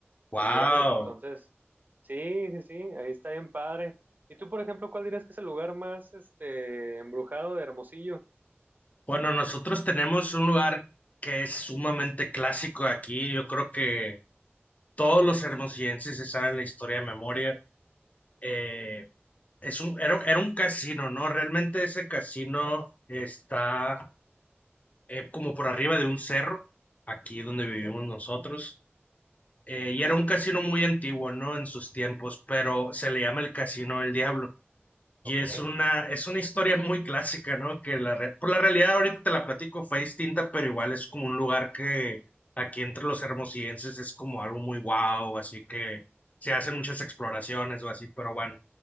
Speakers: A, on the left; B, on the right.
A: Wow.
B: los murales. Entonces, sí, sí, sí, ahí está bien padre. ¿Y tú, por ejemplo, cuál dirías que es el lugar más este, embrujado de Hermosillo?
A: Bueno, nosotros tenemos un lugar que es sumamente clásico aquí. Yo creo que todos los hermosillenses se saben la historia de memoria. Eh, Es un, era, era un casino, ¿no? Realmente ese casino está eh, como por arriba de un cerro, aquí donde vivimos
B: Ok,
A: nosotros. Eh, y era un casino muy antiguo, ¿no? En sus tiempos, pero se le llama el Casino del Diablo. Y
B: ok,
A: es una, es una historia muy clásica, ¿no? Que la, re- por la realidad ahorita te la platico, fue distinta, pero igual es como un lugar que aquí entre los hermosillenses es como algo muy guau, así que se hacen muchas exploraciones o así, pero bueno.